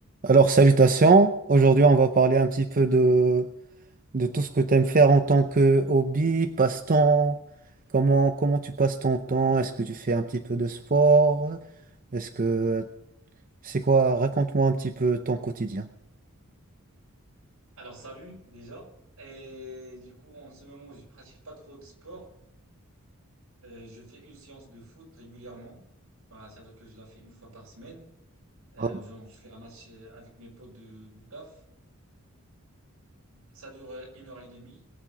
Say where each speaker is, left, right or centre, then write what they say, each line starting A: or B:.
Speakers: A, on the right (about 40°); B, on the right (about 80°).
A: Alors, salutations. Aujourd'hui, on va parler un petit peu de, de tout ce que tu aimes faire en tant que hobby, passe-temps. Comment, comment tu passes ton temps? Est-ce que tu fais un petit peu de sport? Est-ce que c'est quoi? Raconte-moi un petit peu ton quotidien.
B: Alors salut déjà. Et du coup, en ce moment, je pratique pas trop de sport. Euh, je fais une séance de foot régulièrement. Bah, c'est-à-dire que je la fais une fois par semaine. Euh,
A: Ah,
B: genre, je fais un match euh, avec mes potes de, du taf. Ça dure euh, une heure et demie.